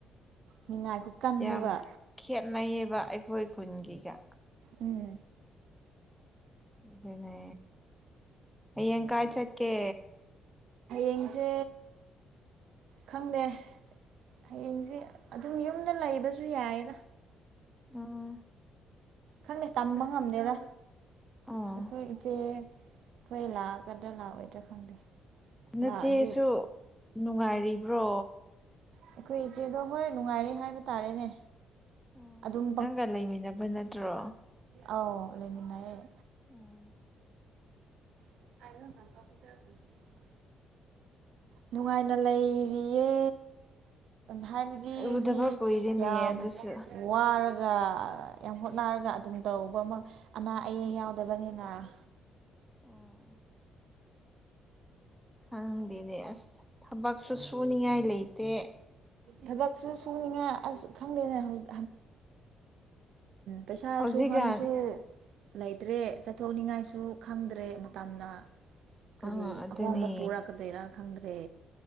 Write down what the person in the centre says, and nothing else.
ꯌꯥꯝ ꯈꯦꯠꯅꯩꯌꯦꯕ ꯑꯩꯈꯣꯏ ꯈꯨꯟꯒꯤꯒ
ꯑꯗꯨꯅꯦ ꯍꯌꯦꯡ ꯀꯥꯏ ꯆꯠꯀꯦ
ꯑꯝ
ꯑꯣ
ꯅꯆꯦꯁꯨ
ꯅꯨꯡꯉꯥꯏꯔꯤꯕ꯭ꯔꯣ
ꯑꯣ
ꯅꯪꯒ ꯂꯩꯃꯤꯟꯅꯕ ꯅꯠꯇ꯭ꯔꯣ
ꯎꯡ
ꯎꯗꯕ
ꯀꯨꯏꯔꯦꯅꯦ
ꯑꯗꯨꯁꯨ
ꯎꯝ ꯈꯪꯗꯦꯅꯦ ꯑꯁ ꯊꯕꯛꯁꯨ ꯁꯨꯅꯤꯡꯉꯥꯏ ꯂꯩꯇꯦ
ꯍꯧꯖꯤ
ꯀ
ꯑꯥ ꯑꯗꯨꯅꯦ